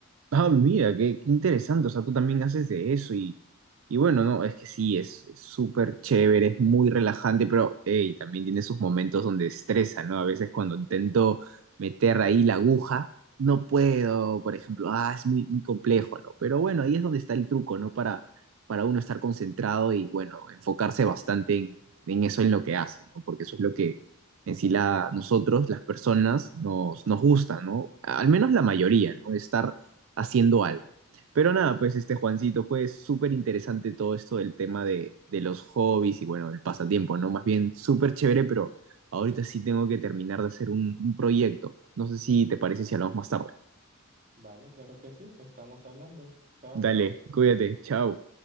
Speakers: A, on the right; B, on the right.
A: Ah, mira, qué, qué interesante. O sea, tú también haces de eso y, y bueno, no, es que sí, es es súper chévere, es muy relajante, pero hey, también tiene sus momentos donde estresa, ¿no? A veces cuando intento meter ahí la aguja, no puedo, por ejemplo, ah, es muy, muy complejo, ¿no? Pero bueno, ahí es donde está el truco, ¿no? Para, para uno estar concentrado y, bueno, enfocarse bastante en, en eso, en lo que hace, ¿no? Porque eso es lo que en sí la, nosotros, las personas, nos, nos gusta, ¿no? Al menos la mayoría, ¿no? Estar haciendo algo. Pero nada, pues este Juancito, fue súper interesante todo esto del tema de, de los hobbies y bueno, el pasatiempo, ¿no? Más bien súper chévere, pero ahorita sí tengo que terminar de hacer un, un proyecto. No sé si te parece si hablamos más tarde.
B: Vale, claro que sí, estamos hablando. Chao.
A: Dale, cuídate, chao.